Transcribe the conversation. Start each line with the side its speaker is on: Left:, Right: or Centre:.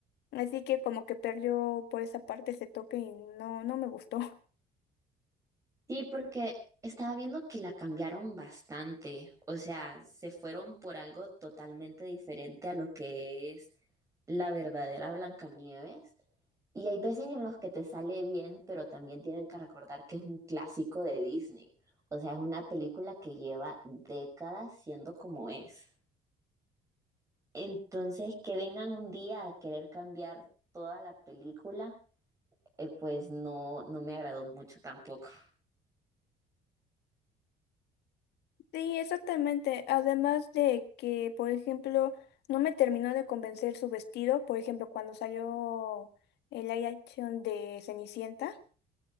Left: Así que como que perdió por esa parte ese toque y no, no me gustó. <laughs>
Right: Sí, porque estaba viendo que la cambiaron bastante, o sea, se fueron por algo totalmente diferente a lo que es la verdadera Blancanieves. Y hay veces en los que te sale bien, pero también tienen que recordar que es un clásico de Disney. O sea, es una película que lleva décadas siendo como es. Entonces, que vengan un día a querer cambiar toda la película, eh, pues no, no me agradó mucho tampoco.
Left: Sí, exactamente. Además de que, por ejemplo, no me terminó de convencer su vestido, por ejemplo, cuando salió el live action de Cenicienta.